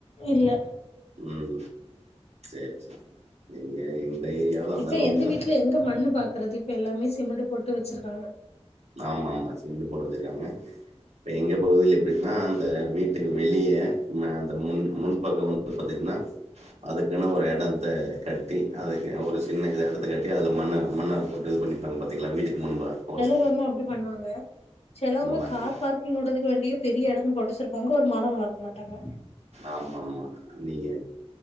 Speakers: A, on the left; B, on the right.
A: இல்ல
B: ம் சேரி சேர் எங்க இந்த ஏரியால அந்தளவுக்கா
A: இப்ப எந்த வீட்ல எங்க மண்ணு பாக்குறது இப்ப எல்லாமே சிமெண்டு போட்டு வச்சிருக்காங்க
B: ஆமாமா சிமெண்டு போட்டு வச்சிருக்காங்க இப்ப எங்க பகுதில எப்டி னா அந்த வீட்டுக்கு வெளியே ம அந்த முன் முன்பக்கம் வந்து பாத்தீங்ன்னா அதுக்குன்னு ஒரு எடத்த கட்டி அதுக்கு ஒரு சின்ன இத எடத்த கட்டி அதுல மண்ண மண்ண போட்டு இது பண்ணிப்பாங்க பத்தீங்களா வீட்டுக் முன்பாக போச்
A: இப்பென்ன அப்டி பண்ணுவாங்க செலவுக
B: மாரி
A: கார் பார்க் கிங் உடதுக்கு வேண்டியே பெரிய எடமு போட்டு வெச்சுருப்பாங்க ஒரு மரோ வளக்க மாட்டாங்க
B: ஆமாமா நீங்க